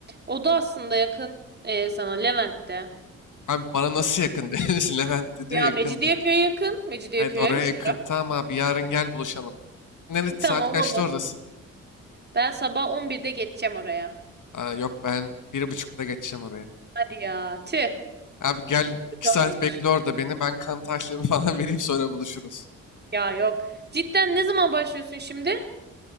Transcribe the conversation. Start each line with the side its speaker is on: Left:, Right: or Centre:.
Right: O da aslında yakın e, sana Levent'te.
Left: Abi bana nasıl yakın <laughs> demişsin Levent de diyor
Right: Ya
Left: yakın
Right: Mecidiyeköy
Left: diyor.
Right: yakın. Mecidiyeköy'e
Left: Evet oraya
Right: 3
Left: yakın.
Right: lira.
Left: Tamam abi yarın gel buluşalım. Nerede
Right: <laughs>
Left: saat
Right: Tamam
Left: kaçta
Right: olur.
Left: oradasın?
Right: Ben sabah on birde geçeceğim oraya.
Left: Aa, yok ben bir buçukta geçeceğim oraya.
Right: Hadi ya. Tüh.
Left: Abi gel
Right: Kötü
Left: iki saat
Right: olmuş.
Left: bekle orada beni ben kan tahlilimi <laughs> falan vereyim sonra buluşuruz.
Right: Ya yok. Cidden ne zaman başlıyorsun şimdi?